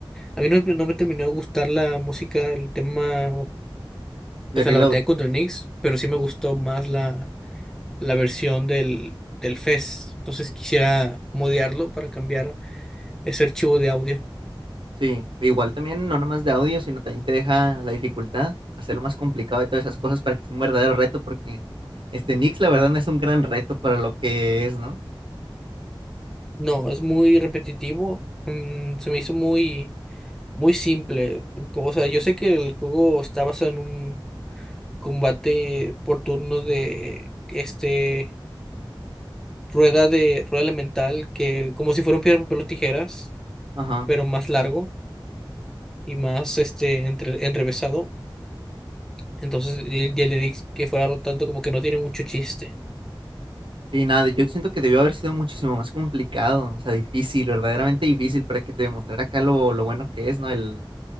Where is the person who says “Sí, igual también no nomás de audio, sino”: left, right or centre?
Right